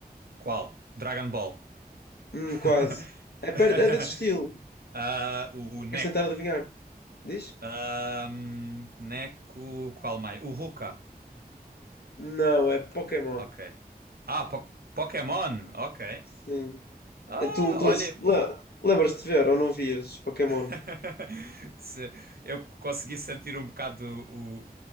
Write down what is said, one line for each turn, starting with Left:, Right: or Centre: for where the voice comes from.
Right: Qual? Dragon Ball.
Left: Hum,
Right: <laughs>
Left: quase. É, per- é desse estilo.
Right: Ah, o Neko.
Left: Queres tentar adivinhar? Diz?
Right: Ahm, Neko. Qual mais? O Ruka.
Left: Não, é Pokémon.
Right: Ok. Ah, po- Pokémon. Ok.
Left: Sim.
Right: Ah,
Left: É tu, tu
Right: olha.
Left: assis- le- lembras-te de ver ou não vias Pokémon?
Right: <laughs> Se- Eu consegui sentir um bocado o,